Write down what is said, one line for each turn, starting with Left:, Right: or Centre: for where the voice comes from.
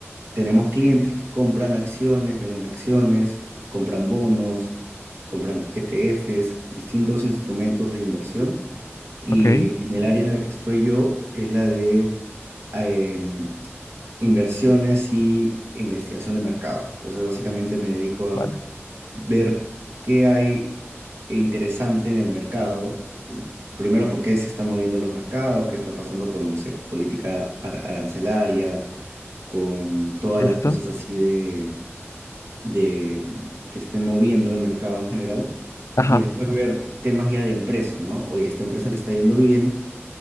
Right: tenemos clientes que compran acciones, venden acciones, compran bonos, compran ETFs, distintos instrumentos de inversión, y
Left: ok,
Right: en el área en la que estoy yo es la de... em, inversiones y investigación de mercado. Entonces, básicamente me dedico a
Left: vale,
Right: ver qué hay interesante en el mercado. eh, Primero, por qué se están moviendo los mercados, qué está pasando con, no sé, política ar- arancelaria, con todas
Left: listo.
Right: las cosas así de, de que estén moviendo el mercado en general.
Left: Ajá,
Right: Y después ver temas ya de empresa, ¿no? Oye, esta empresa le está yendo bien